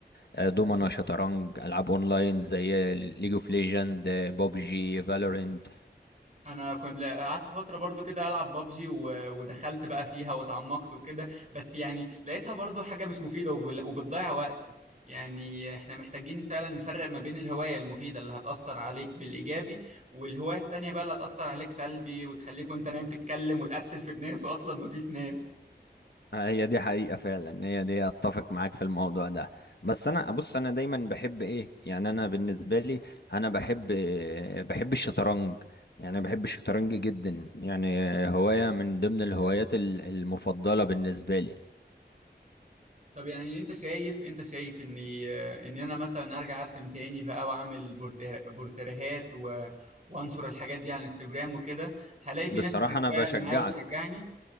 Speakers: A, on the left; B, on the right.
A: آه، دومنا شطرنج ألعاب أونلاين زي ليج اوف ليجند بوبجي فالورنت
B: انا كنت لا- قعدت فتره برضو كده العب بابجي و... ودخلت بقى فيها واتعمقت وكده بس يعني لقيتها برضو حاجه مش مفيده وب... وبتضيع وقتي يعني احنا محتاجين فعلا نفرق ما بين الهوايه المفيده اللي هتاثر عليك بالايجابي والهوايه التانية بقى اللي هتاثر عليك سلبي وتخليك وانت نايم تتكلم وتقتل في الناس واصلا مفيش ناس
A: آه، هي دي حقيقة فعلا هي دي اتفق معاك في الموضوع ده بس انا بص انا دايما بحب ايه يعني انا بالنسبة لي انا بحب بحب الشطرنج يعني أنا بحب الشطرنج جدا يعني هواية من ضمن الهوايات ال- المفضلة بالنسبة لي
B: طب يعني انت شايف انت شايف اني ان انا مثلا ارجع ارسم تاني بقى واعمل بورتر- بورتريهات و... وانشر الحاجات دي على الانستجرام وكده هلاقي في
A: بصراحة
B: ناس بتتفاعل
A: انا بشجعك
B: معايا وتشجعني